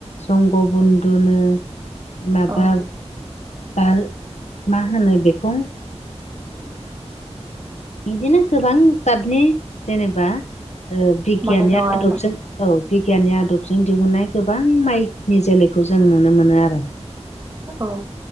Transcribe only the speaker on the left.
जंग बुन्दुनो माबा
बा मा होनो बेखौ बिदिनो गोबां जादनि जेनेबा बिगियाननि
आदबजों
औ बिगियाननि आदबजों दिहुन्नाय गोबां माइनि जोलैखौ जों नुनो मोनो आरो